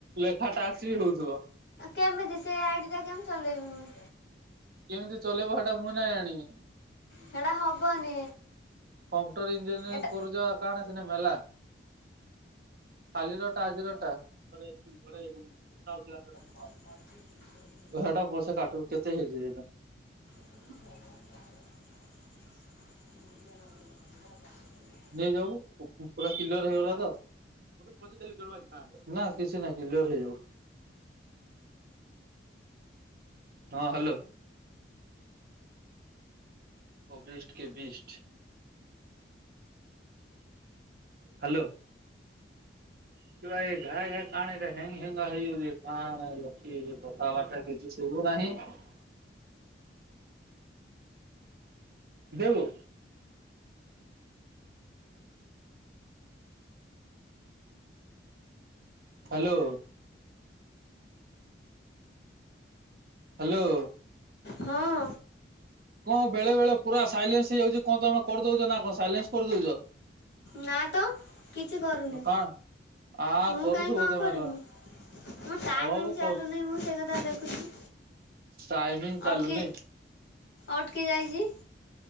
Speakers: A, on the right (about 50°); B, on the left (about 60°).
A: ଲେଖା ତାକ୍ସ ବି ହଉଥିବ।
B: କେମିତି ସେ ଆଇଡି ଟା କେମିତି ଚଲେଇବି ମୁଁ।
A: କେମିତି ଚଲେବ ହେଟା ମୁଁ ନାଇଁ ଆଣିବି।
B: ସେଟା ହବନି
A: କମ୍ପ୍ୟୁଟର ଇଞ୍ଜିନିୟରିଂ
B: ଏଟା
A: କରୁଛ କଣ ସନା ମେଲା। କାଲି ରଟା ଆଜିରଟା <unintelligible>
B: <inaudible>
A: ସେଟା ପସେ କାଟିବୁ କେତେ ହେଇଚି ସେଇଟା?
B: <inaudible>
A: ନେଇଯାଉୁ ପୁରା କିଲର ହେଇଗଲା ତ? ନା କିଛି ନାହିଁ କିଲର ହେଇଯାଉ। ହଁ ହ୍ୟାଲୋ। ଓ ବିଷ୍ଟ କେ ବିଷ୍ଟ। ହ୍ୟାଲୋ <inaudible> <unintelligible> ଦେବୁ। ହ୍ୟାଲୋ। ହ୍ୟାଲୋ।
B: ହଁ।
A: କଣ ବେଳେ ବେଳେ ପୁରା ସାଇଲେନ୍ସ ହେଇଯାଉଛି କଣ ତମେ କରିଦଉଛ ନା କଣ ସାଇଲେନ୍ସ କରିଦଉଛ?
B: ନା ତ କିଛି କରୁନି।
A: କଣ ଆ
B: ମୁଁ
A: କରୁଥିବ
B: କାଇଁ କଣ
A: ତମେ
B: କରମି ମୋ ଟାଇମ
A: ହଁ
B: ଚାଲୁନହିଁ
A: କ
B: ମୁଁ ସେ କଥା ଥା ଦେଖୁଛି
A: ଟାଇମିଂ ଚାଲୁନାଇଁ
B: ଅଟକି ଅଟକି ଯାଇଛି।